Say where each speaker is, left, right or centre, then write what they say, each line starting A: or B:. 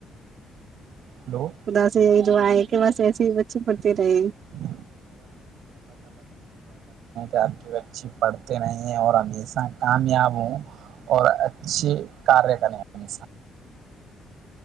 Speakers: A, on the right; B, on the right.
A: ہلو
B: ادا سے جو آئے کہ بس ایسے ہی بچے
A: <inaudible>
B: پڑھتے
A: کہ
B: رہے
A: آپ کی بچے پڑھتے نہیں اور ہمیشہ کامیاب ہوں اور اچھے کاریہ کریں ہمیش